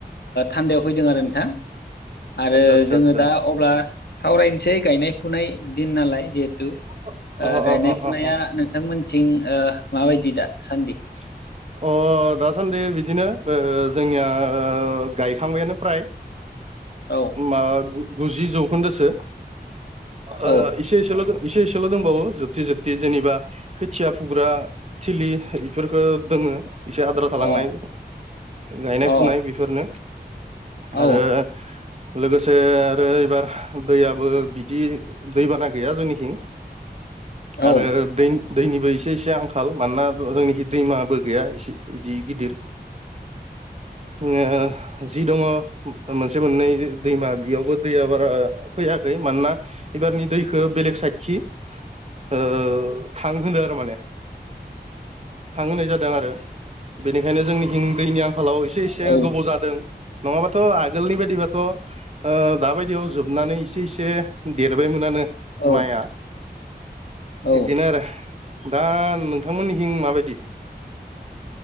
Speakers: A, on the left (about 75°); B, on the right (about 40°).
A: थान्दायाव फैदों आरो नोंथां। आरो
B: आदसा आदसा
A: जोङो
B: आदसा
A: दा अब्ला सावरायनोसै गायनाय फुनाय दिन नालाय जिहेथु
B: <inaudible>
A: ओ गायनाय
B: अ
A: फुनाया
B: अ अ
A: नोंथांमोनथिं माबायदि दा सान्दि
B: <unintelligible> अ दासान्दि बिदिनो ओ जोंनिया गायखांबायानो फ्राय <unintelligible>
A: औ
B: मा गुजि जौखोन्दोसो ओ
A: औ
B: इसे एसेल' एसे एसेल' दंबावो जोबथि जोबथि जेनेबा खोथिया फुग्रा थिलि फोरखो दोङो एसे आद्रा थालांनाय
A: अ
B: गायनाय
A: अ औ
B: फुनाय बेफोरनो
A: औ
B: आरो लोगोसे आरो एबार दैयाबो बिदि दैबाना गैया जोंनिथिं
A: औ
B: आरो दै दैनिबो एसे एसे आंखाल मानोना जोंनिखै दैमाबो गैया एसे इदि गिदिर ओ जि दङ मोनसे मोननै दैमा बेयावबो दैया बारा फैयाखै मानोना एबारनि दैखौ बेलेग साइडखि ओ थांहोदो आरो माने थांहोनाय जादों आरो बेनिखायनो जोंनिथिं दैनि आंखालाव एसे एसे
A: औ
B: गोबाव जादों। नङाबाथ' आगोलनि बायदिबाथ' ओ दाबायदियाव जोबनानै इसे इसे देरबायमोनानो
A: औ
B: माइआ
A: औ
B: इदिनो आरो दा नोंथांमोननिखिं माबाय दि